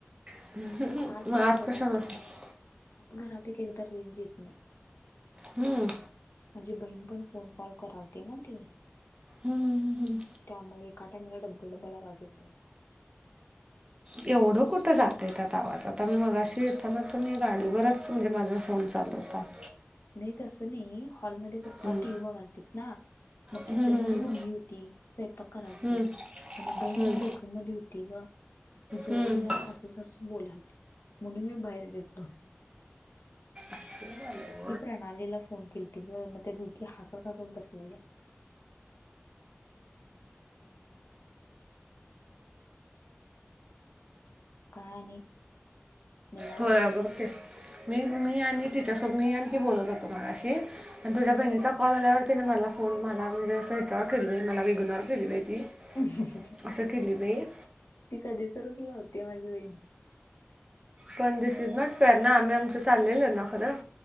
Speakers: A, on the right (about 25°); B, on the left (about 70°).
A: <unintelligible>
B: आत हाईत घरात
A: कशाला बसेल?
B: आता घरात एक एकदा रेंज येत नाही.
A: हम
B: माझी बहीण पण फोन कॉल करालती ना ती
A: हम्म. हम्म, हम्म.
B: त्यामुळे एका टाईम ला डबल डब्बाला वाज ते
A: एवढं कुठं जातं त्या आवाज आता मी मगाशी येताना तुम्ही गाडीवरच म्हणजे माझा फोन चालू होता. <inaudible>
B: नाय तस नाही हॉल मध्ये पप्पा
A: हम्म.
B: टीव्ही बघायला तीत ना मग
A: हम्म.
B: किचन मध्ये मम्मी होती स्वयंपाक करालती
A: हम्म.
B: आणि बहीण
A: हम्म. हम्म.
B: बेडरूम मध्ये होती. ती ग आणि जोर
A: हम्म.
B: जोरात हसत हसत बोलायती म्हणून मी बाहेर गेलतो.
A: असं झालं.
B: ती प्रणालीला फोन केलती ग मग ते दोघी हसत हसत बसलेल्या त्यामुळं काय आणि निवांत
A: होय अगं ओके मी मी आणि मी आणि तिच्या समय्या ऑंटी बोलत होतो मगाशी पण तुझ्या बहिणीचा कॉल आल्यावर तिने मला फोन मला म्हणजे विचार <unintelligible> केली आहे मला वेघूनवर केली पा आहे ती
B: <unintelligible>
A: असं केली बाई
B: ती कधी तरच लावते माझी बहीण
A: पण दिस इज नॉट फेरणाना आम्ही आमचं चाललेले ना परत